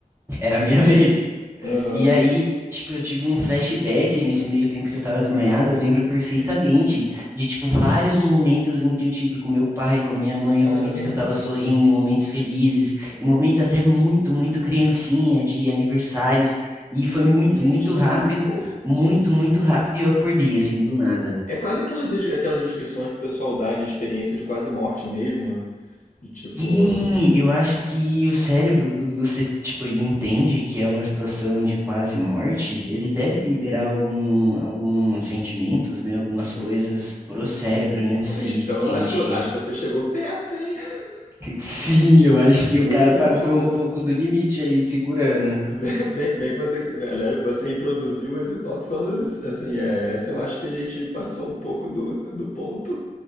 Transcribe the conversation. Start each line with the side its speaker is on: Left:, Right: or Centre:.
Right: era a minha <laughs> vez.
Left: Aham.
Right: E aí, tipo, eu tive um flashback nesse meio tempo que eu tava desmaiado, eu lembro perfeitamente de, tipo, vários momentos em que eu tive com meu pai, com minha mãe,
Left: Caramba.
Right: momentos que eu tava sorrindo, em momentos felizes, em momentos até muito, muito criancinha, de aniversários, e foi muito,
Left: Gente,
Right: muito
Left: que
Right: rápido,
Left: louco.
Right: muito, muito rápido, e eu acordei, assim, do nada.
Left: É quase aquela des- aquelas descrições que o pessoal dá de experiência de quase morte mesmo. né? De tipo.
Right: Sim, eu acho que o cérebro, quando você, tipo, ele entende que é uma situação de quase morte, ele deve liberar algum, alguns sentimentos, né? Algumas
Left: Sim.
Right: coisas pro cérebro em
Left: Cara,
Right: si
Left: então
Right: sentir.
Left: eu acho que, eu- acho que você chegou perto, hein? <laughs>
Right: <laughs> Sim, eu acho que o
Left: Pô.
Right: cara passou um pouco do limite ali segurando.
Left: Bem, bem, bem que você, aliás, você introduziu esse tópico falando isso. assim, é, essa eu acho que a gente passou um pouco do, do ponto.